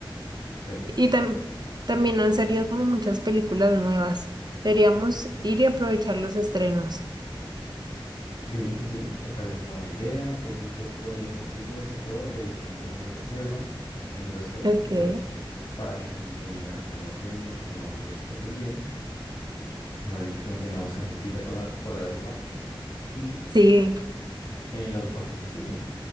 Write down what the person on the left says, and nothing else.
Perfecto.
Sí, sí, sí, me parece una buena idea. Entonces yo podría estar primero que todo revisando una reserva en el restaurante,
pues para que ese mismo día almorcemos y comamos r- súper bien. Mejor dicho, que no tengamos que hacer fila con la- por la reserva. <laughs> jeje. Y
eh, luego pasamos al cine.